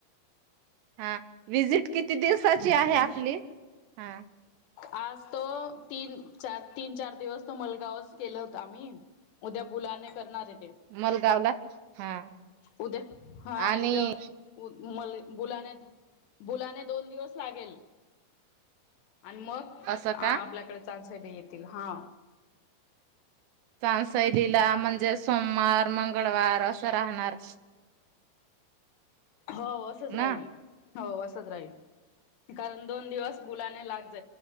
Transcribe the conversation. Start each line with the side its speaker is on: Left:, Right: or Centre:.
Right: हा विजिट किती दिवसाची आहे आपली हा
Left: आज तो तीन चार तीन चार दिवस तो मलगावच केला होत आम्ही उद्या मुुलांने करणार आहे ते
Right: मलगावला हा
Left: उद्या हा
Right: आणि
Left: उद्या मल बुलाने बुलाने दोन दिवस लागेल आणि मग
Right: असं
Left: आपल्याकडे
Right: का
Left: चासय नाही येतील हा
Right: सशैलीला म्हणजे सोमवार मंगळवार असं राहणार
Left: हो असंच
Right: ना
Left: राहील हो असंच राहील कारण दोन दिवस मुुलाने लाग